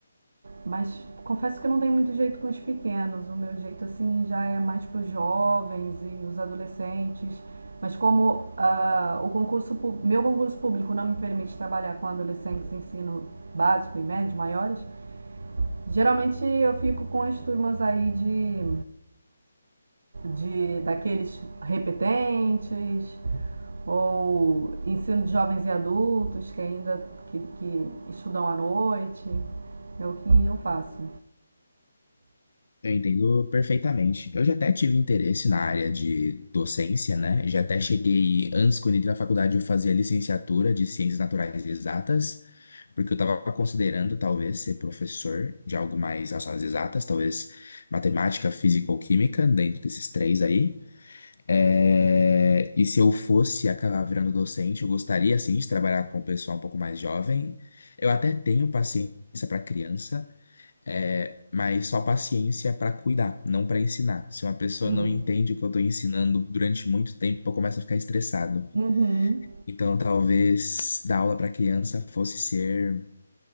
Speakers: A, on the right; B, on the left.
A: mas confesso que eu não tenho muito jeito com os pequenos. O meu jeito assim já é mais para os jovens e os adolescentes. Mas como ah, o concurso meu concurso público não me permite trabalhar com adolescentes em ensino básico e médio maiores, geralmente eu fico com as turmas aí de de daqueles repetentes ou ensino de jovens e adultos que ainda que, que estudam à noite. É o que eu faço.
B: Eu entendo perfeitamente. Eu já até tive interesse na área de docência, né? Já até cheguei, antes, quando entrei na faculdade, eu fazia licenciatura de Ciências Naturais e Exatas. Porque eu estava considerando talvez ser professor de algo mais relacionado às exatas, talvez matemática, física ou química, dentro desses três aí. É, E se eu fosse acabar virando docente, eu gostaria sim de trabalhar com o pessoal um pouco mais jovem. Eu até tenho paciência para criança, é, mas só paciência para cuidar, não para ensinar. Se uma pessoa
A: Uhum.
B: não entende o que eu estou ensinando durante muito tempo, eu começo a ficar estressado.
A: Uhum.
B: Então, talvez dar aula para criança fosse ser